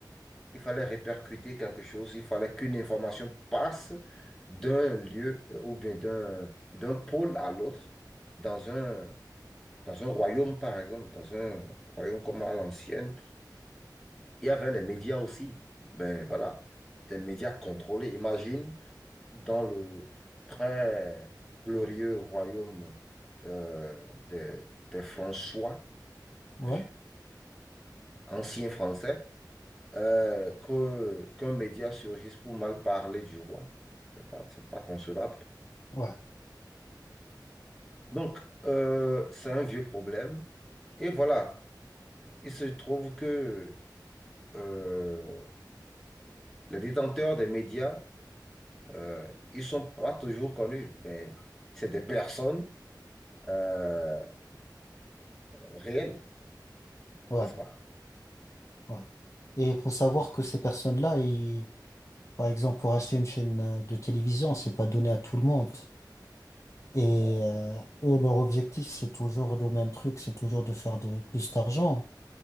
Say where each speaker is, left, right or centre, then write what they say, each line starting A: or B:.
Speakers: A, in the centre; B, on the left.
A: il fallait répercuter quelque chose, il fallait qu'une information passe d'un lieu euh, ou bien d'un d'un pôle à l'autre, dans un, dans un royaume, par exemple, dans un royaume comme à l'ancienne. Il y avait les médias aussi. Ben voilà, des médias contrôlés. Imagine dans le très glorieux royaume euh, des, des François,
B: ouais,
A: vi- anciens Français, euh, que, qu'un média surgisse pour mal parler du roi. C'est pas, c'est pas concevable.
B: ouais,
A: Donc, euh, c'est un vieux problème. Et voilà, il se trouve que euh, les détenteurs des médias, euh, ils sont pas toujours connus, mais c'est des personnes euh, réelles,
B: ouais,
A: n'est-ce pas?
B: ouais. Et il faut savoir que ces personnes-là, ils- par exemple, pour acheter une chaîne euh, de télévision, c'est pas donné à tout le monde. Et
A: Bon.
B: euh, eux, leur objectif, c'est toujours le même truc, c'est toujours de faire de plus d'argent.